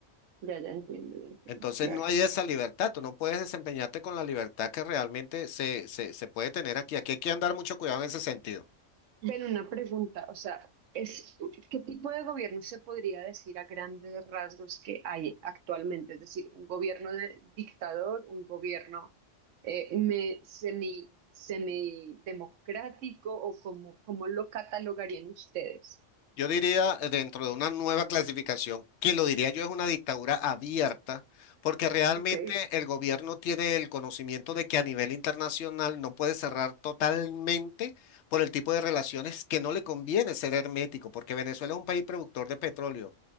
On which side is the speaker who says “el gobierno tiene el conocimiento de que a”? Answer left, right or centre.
Left